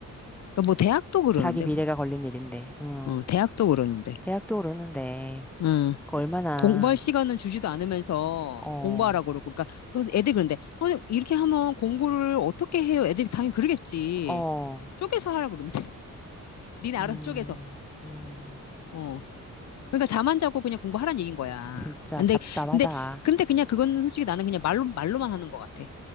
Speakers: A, on the left; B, in the centre.
A: 그러니까 뭐 대학도 그러는데
B: 자기 미래가
A: 뭐.
B: 걸린 일인데, 응.
A: 어, 대학도 그러는데.
B: 대학도 오르는데,
A: 음,
B: 그 얼마나,
A: 공부할 시간은 주지도 않으면서
B: 어,
A: 공부하라고 그러고. 그러니까 그 애들 그런데 어, 이렇게 하면 공부를 어떻게 해요? 애들이 당연히 그러겠지.
B: 어,
A: 쪼개서 하라고 그러는데. <laughs> 니네 알아서
B: 음,
A: 쪼개서.
B: 음,
A: 어. 그러니까 잠 안 자고 그냥 공부하라는 얘기인 거야.
B: 진짜
A: 근데
B: 답답하다.
A: 근데 근데 그냥 그건 솔직히 나는 그냥 말로 말로만 하는 것 같아.